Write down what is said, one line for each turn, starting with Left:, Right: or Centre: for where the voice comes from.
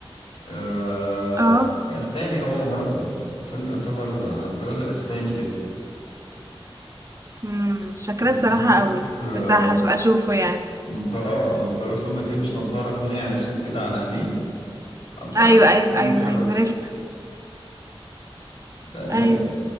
Left: آه
Right: اه
Left: اسباني هو برضو الفيلم يعتبر على الطراز الاسباني كده
Right: امم مش فاكراه
Left: لما
Right: بصراحة
Left: كان
Right: قوي
Left: ماسك، آه،
Right: بس هبقى اشوفه يعني
Left: نضاره نضاره سودا كده مش نضاره قناع اسود كده على عينيه آه، بتاع
Right: ايوه ايوه
Left: ميرز
Right: ايوه ايوه عرفت
Left: ده جامد
Right: ايوه